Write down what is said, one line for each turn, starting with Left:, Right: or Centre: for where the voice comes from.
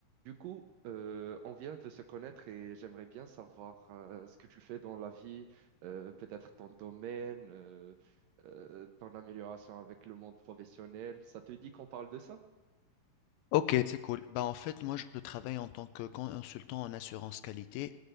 Right: Du coup, euh, on vient de se connaître et j'aimerais bien savoir euh, ce que tu fais dans la vie, euh, peut-être ton domaine, euh, euh, ton amélioration avec le monde professionnel. Ça te dit qu'on parle de ça?
Left: Ok, c'est cool. Bah, en fait, moi, je travaille en tant que consultant en assurance qualité